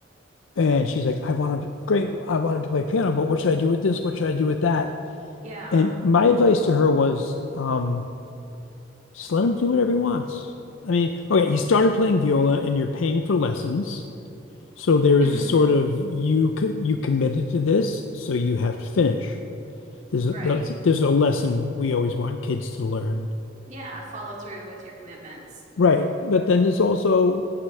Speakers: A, on the left; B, on the right.
A: And she's like, I want him to, great, I want him to play piano, but what should I do with this? What should I do with that?
B: Yeah.
A: And my advice to her was, um, just let him do whatever he wants. I mean, okay, he started playing
B: Okay.
A: viola and you're paying for lessons. So there is
B: hmm
A: a sort of you co- you committed to this, so you have to finish. There's a,
B: Right.
A: there's there's a lesson we always want kids to learn.
B: Yeah. Follow through with your commitments.
A: Right. But then
B: Yeah.
A: there's also,